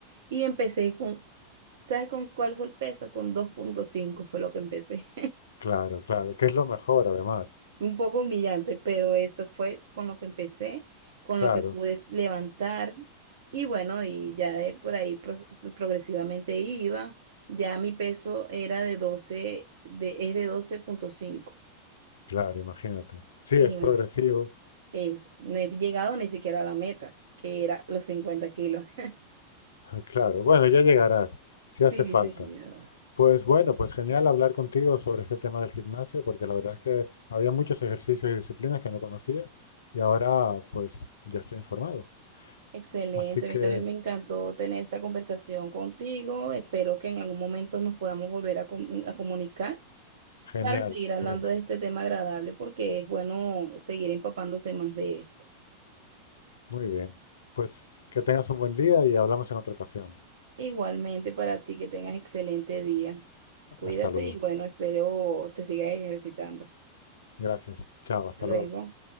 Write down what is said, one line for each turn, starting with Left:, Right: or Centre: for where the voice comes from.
Right: Y empecé con, ¿sabes con cuál fue el peso? Con dos punto cinco fue lo que empecé.
Left: claro, claro. Que es lo mejor además.
Right: Un poco humillante, pero eso fue con lo que empecé, con
Left: Claro,
Right: lo que pude levantar y bueno, y ya de por ahí pros- progresivamente iba, ya mi peso era de doce de, es de doce punto cinco
Left: claro, imagínate. Sí, es
Right: y no
Left: progresivo.
Right: he-
Left: <laughs>
Right: es, no he llegado ni siquiera a la meta, que era los 50 kilos. <laughs>
Left: Claro. Bueno, ya llegarás, si
Right: Sí,
Left: hace falta.
Right: señor.
Left: Pues bueno, pues genial hablar contigo sobre este tema del gimnasio, porque la verdad es que había muchos ejercicios y disciplinas que no conocía y ahora pues ya estoy informado.
Right: Excelente,
Left: Así que
Right: a mí también me encantó tener esta conversación contigo. Espero que en algún momento nos podamos volver a, com- a comunicar.
Left: genial,
Right: para seguir hablando
Left: pues
Right: de este tema agradable, porque es bueno seguir empapándose más de esto.
Left: muy bien. Pues que tengas un buen día y hablamos en otra ocasión.
Right: Igualmente para ti, que tengas excelente día. Cuídate
Left: Hasta luego.
Right: y bueno, espero te sigas ejercitando.
Left: Gracias. Chao, hasta
Right: Luego.
Left: luego.